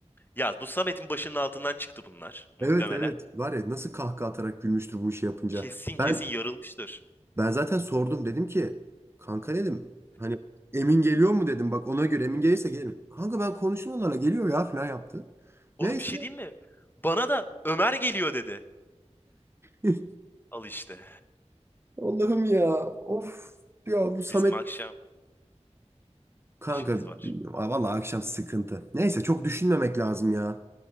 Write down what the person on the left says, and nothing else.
Ya bu Samet'in başının altından çıktı bunlar muhtemelen.
Kesin
kesin yarılmıştır.
Oğlum
bir şey diyeyim mi? Bana da Ömer geliyor dedi.
Al işte.
Bizim akşam
<laughs> işimiz var.